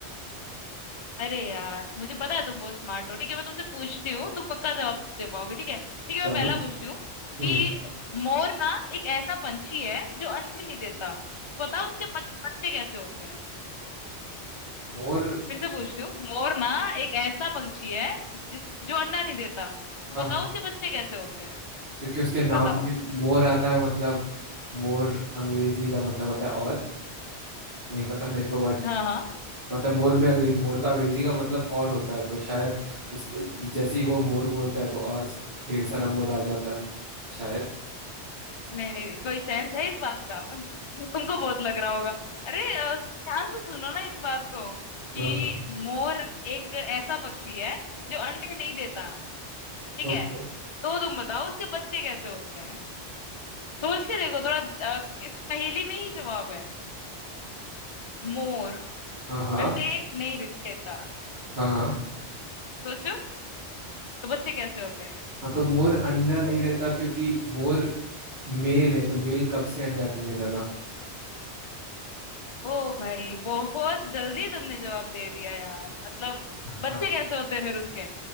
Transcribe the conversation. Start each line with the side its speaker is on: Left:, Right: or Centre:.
Left: अरे यार मुझे पता है तुम बहुत स्मार्ट हो ठीक है मैं तुमसे पूछती हूँ तुम पक्का जवाब दे पाओगे ठीक है ठीक है
Right: चलो
Left: मैं पहला पूछती हूँ
Right: हम्म
Left: कि मोर ना एक ऐसा पंछी है जो अंडे नहीं देता बताओ उसके पत- बच्चे कैसे होते हैं
Right: मोर
Left: फिर से पूछती हूँ मोर ना एक ऐसा पंछी है जिस जो अंडा नहीं देता तो
Right: हाँ
Left: बताओ
Right: हाँ
Left: उसके बच्चे कैसे होते हैं
Right: क्योंकि उसके नाम
Left: बताओ
Right: में मोर आता है मतलब मोर अंग्रेजी का मतलब होता है और नहीं पता मेरे को बट
Left: हाँ हाँ
Right: मतलब मोर में अंग्रेज मोर का अंग्रेजी का मतलब और होता है तो शायद उस जैसे ही वो मोर बोलता है तो और ढेर सारा मोर आ जाता है शायद
Left: नहीं नहीं कोई सेंस है इस बात का <laughs> तुमको बहुत लग रहा होगा अरे अ, ध्यान से सुनो ना इस बात को कि
Right: हाँ हाँ
Left: मोर एक ऐसा पक्षी है जो अंडे नहीं देता ठीक
Right: ओके
Left: है तो तुम बताओ उसके बच्चे कैसे होते हैं सोच के देखो थोड़ा अ, इस पहेली में ही जवाब है मोर
Right: हाँ हाँ
Left: अंडे नहीं देता
Right: हाँ हाँ
Left: सोचो तो बच्चे कैसे होते हैं
Right: हाँ तो मोर अंडा नहीं देता क्योंकि मोर मेल है तो मेल कब से अंडा देने लगा
Left: ओ भाई बहुत जल्दी तुमने जवाब दे दिया यार मतलब
Right: हाँ
Left: बच्चे कैसे होते हैं फिर उसके